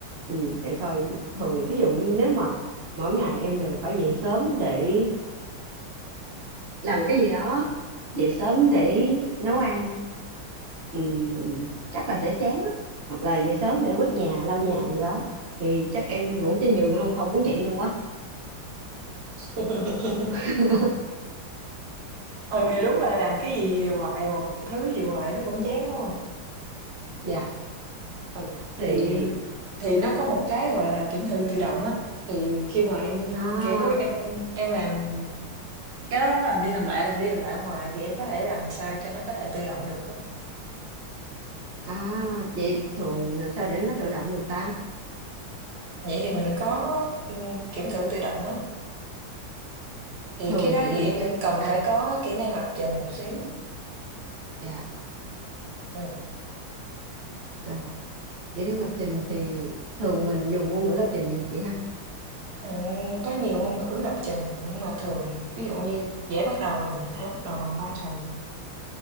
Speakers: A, on the right; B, on the right.
A: ừ, để coi thường thí dụ nếu mà mỗi ngày em đều phải dậy sớm để làm một cái gì đó dậy sớm để nấu ăn ừ, chắc là sẽ chán á hoặc là dậy sớm để quét nhà lau nhà gì đó thì chắc em ngủ trên giường luôn không muốn dậy luôn quá
B: <laughs>
A: <laughs>
B: ừ thì đúng là làm cái gì hoài một thứ gì hoài nó cũng chán đúng không
A: dạ
B: ừ
A: thì
B: thì thì nó có một cái gọi là kiểm thử tự động á thì khi mà em
A: à
B: kiểu em em làm Cái đó làm đi làm lại, làm đi làm lại hoài thì em có thể làm sao cho nó có thể tự động được á.
A: à vậy thường làm sao để nó tự động được ta
B: Vậy thì mình có, ừm, kiểm thử tự động á, thì
A: thường
B: cái đó thì
A: mình
B: em
A: sẽ
B: cần
A: à
B: phải có kỹ năng lập trình một xíu.
A: dạ
B: Ừm,
A: ờ, kỹ năng lập trình thì thường mình dùng ngôn ngữ lập trình gì chị ha
B: ừm, có nhiều ngôn ngữ lập trình nhưng mà thường ví dụ như dễ bắt đầu là mình có thể bắt đầu bằng Python,